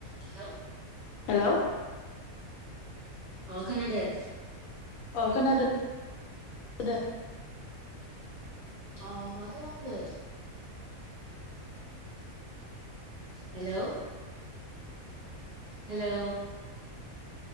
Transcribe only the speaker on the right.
हेलौ
अ खोनादों।
अ मा खालामदो? Hello <inaudible> hello.